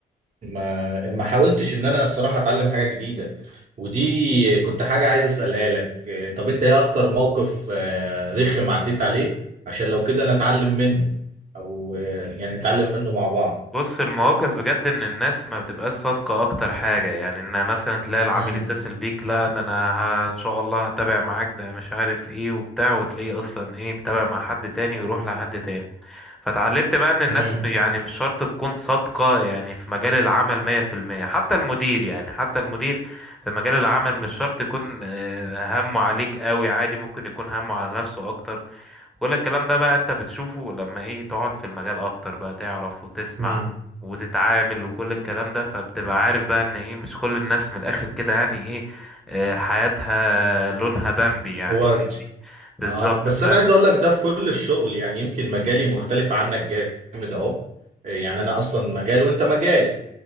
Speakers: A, on the right; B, in the centre.
A: ما ما حاولتش ان انا الصراحه اتعلم حاجه جديده ودي كنت حاجه عايز اسالها لك آه، طب انت ايه اكتر موقف آه، رخم عديت عليه عشان لو كده نتعلم منه او آه، يعني نتعلم منه مع بعض
B: بص المواقف بجد ان الناس ما بتبقاش صادقه اكتر حاجه يعني ان مثلا تلاقي العميل
A: امم
B: يتصل بيك لا ده انا ه- ان شاء الله هتابع معاك ده مش عارف ايه وبتاع وتلاقيه اصلا ايه متابع مع حد تاني ويروح لحد تاني فتعلمت بقى ان الناس
A: امم
B: يعني مش شرط تكون صادقة يعني في مجال العمل مية في المية حتى المدير يعني حتى المدير في مجال العمل مش شرط يكون آه، همه عليك قوي عادي ممكن يكون همه على نفسه اكتر كل الكلام ده بقى انت بتشوفه لما ايه تقعد في المجال اكتر بقى تعرف وتسمع
A: امم
B: وتتعامل وكل الكلام ده فبتبقى عارف بقى ان ايه مش كل الناس من الاخر كده يعني ايه آه، حياتها لونها بامبي يعني
A: ورد
B: فاهمني بالظبط
A: اه بس
B: ف
A: انا عايز اقول لك ده في كل الشغل يعني يمكن مجالي مختلف عنك جامد اهو آه، يعني انا اصلا مجال وانت مجال